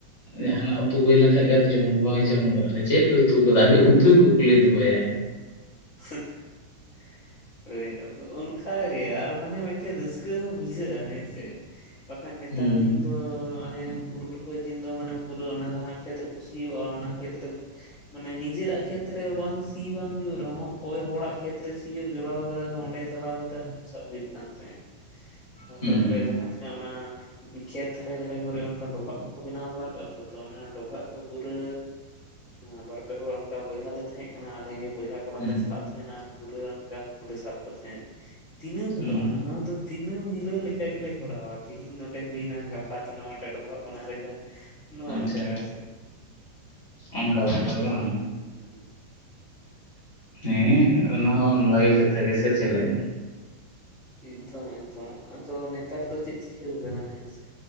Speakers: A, on the left (about 55°); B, on the left (about 40°).
A: ᱡᱟᱦᱟᱱᱟᱜ ᱩᱛᱩ ᱦᱩᱭ ᱞᱮᱱᱠᱟᱱᱡ ᱜᱮ ᱡᱚᱢ ᱜᱮ ᱵᱟᱝ ᱡᱚᱢ ᱠᱟᱜᱼᱟ ᱟ ᱪᱮᱜ ᱯᱮ ᱩᱛᱩᱣ ᱟᱜᱼᱟ ᱟᱜᱮ ᱩᱛᱩᱭ ᱠᱩᱠᱞᱤ ᱫᱚᱦᱚᱭᱟ᱾
B: <inaudible> ᱦᱳᱭ ᱟᱫᱚ ᱚᱱᱠᱟᱜ ᱜᱮ ᱟᱨ ᱢᱟᱱᱮ ᱢᱤᱫᱴᱮᱱ ᱨᱟᱹᱥᱠᱟᱹ ᱦᱚᱸ ᱵᱩᱡᱷᱟᱹᱜᱼᱟ ᱦᱮᱸ ᱥᱮ᱾ ᱵᱟᱠᱷᱟᱱ ᱱᱮᱛᱟᱨ
A: ᱦᱩᱸ
B: ᱫᱤᱱ ᱫᱚ ᱦᱚᱸᱜᱼᱚᱭ ᱦᱩᱲᱩ ᱨᱚ ᱦᱚᱭ ᱫᱤᱱ ᱫᱚ ᱢᱟᱱᱮ ᱯᱩᱨᱟᱹ ᱚᱱᱟ ᱡᱟᱦᱟᱸ ᱠᱷᱮᱛ ᱨᱮᱠᱚ ᱥᱤᱭᱚᱜᱼᱟ ᱚᱱᱟ ᱠᱷᱮᱛ ᱨᱮᱫᱚ ᱢᱟᱱᱮ ᱱᱤᱡᱮᱨᱟᱜ ᱠᱷᱮᱛᱨᱮ ᱵᱟᱝ ᱥᱤ ᱵᱟᱝ ᱦᱩᱭᱩᱜ ᱨᱮᱦᱚᱸ ᱚᱠᱚᱭ ᱦᱚᱲᱟᱜ ᱠᱷᱮᱛ ᱨᱮ ᱥᱤᱭᱳᱜ ᱡᱚᱲᱟᱣ ᱠᱟᱫᱟ ᱠᱚ ᱚᱸᱰᱮ ᱪᱟᱞᱟᱣ ᱠᱟᱛᱮᱜ ᱦᱟᱹᱠᱩ ᱥᱟᱵ ᱦᱩᱭᱩᱜ ᱠᱟᱱ ᱛᱟᱦᱮᱸᱜ᱾
A: ᱦᱩᱸ
B: ᱛᱟ ᱯᱚᱨᱮ ᱡᱟᱦᱟᱸᱛᱤᱱᱟᱹᱜ ᱚᱱᱟ ᱠᱷᱮᱛ ᱫᱷᱟᱨᱮ ᱫᱷᱟᱨᱮ ᱠᱚᱨᱮ ᱚᱱᱠᱟ ᱰᱚᱵᱷᱟᱜ ᱠᱚᱠᱚ ᱵᱮᱱᱟᱣ ᱵᱟᱲᱟ ᱠᱟᱜᱼᱟ ᱛᱚ ᱛᱚ ᱚᱱᱟ ᱰᱚᱵᱷᱟᱜ ᱠᱚ ᱯᱩᱨᱟᱹ ᱟᱸ ᱵᱟᱨ ᱯᱮ ᱦᱚᱲ ᱚᱱᱠᱟ ᱵᱚᱭᱦᱟ ᱞᱮ ᱛᱟᱦᱮᱸᱠᱟᱱᱟ ᱟᱞᱮ ᱜᱮ ᱵᱚᱭᱦᱟ ᱠᱚᱲᱟ
A: ᱦᱩᱸ
B: ᱞᱮ ᱪᱟᱞᱟᱜ ᱛᱟᱦᱮᱸᱱᱟ ᱟᱨ ᱯᱩᱨᱟᱹ ᱚᱱᱠᱟ ᱦᱟᱹᱠᱩᱩᱞᱮ ᱥᱟᱵ ᱠᱚ ᱛᱟᱦᱮᱸᱫ ᱫᱤᱱᱟᱹᱢ ᱦᱤᱞᱳᱜ
A: ᱦᱩᱸ
B: ᱢᱟᱱᱮ ᱱᱚᱣᱟ ᱛᱚ ᱫᱤᱱᱟᱹᱢ ᱦᱤᱞᱳᱜ ᱞᱮᱠᱟ ᱜᱮᱞᱮ ᱠᱚᱨᱟᱣᱟ ᱛᱤᱦᱤᱧ ᱱᱚᱸᱰᱮ ᱦᱩᱭᱱᱟ ᱜᱟᱯᱟ ᱛᱚ ᱱᱚᱣᱟ ᱴᱟᱜ ᱰᱚᱵᱣᱟᱜ ᱵᱚᱱ ᱟᱨᱮᱡᱟ᱾ <inaudible>
A: ᱟᱪᱪᱷᱟ
B: ᱱᱚᱝᱠᱟ ᱟᱨ ᱪᱮᱫ
A: ᱚᱱᱠᱟᱷᱟ ᱵᱮᱯᱟᱨ ᱵᱟᱝ᱾
B: ᱦᱮᱸ
A: ᱦᱮᱸ ᱚᱱᱟ ᱦᱚᱸ ᱵᱷᱟᱜᱤ ᱠᱟᱛᱷᱟ ᱜᱮ ᱥᱮ ᱪᱮᱜ ᱞᱮᱠᱟ?
B: ᱮᱠᱫᱚᱢ ᱮᱠᱫᱚᱢ ᱟᱫᱚ ᱱᱮᱛᱟᱨ ᱫᱚ ᱪᱮᱜ ᱪᱤᱠᱟᱹᱣ ᱠᱟᱱᱟ ᱦᱮᱸᱥᱮ᱾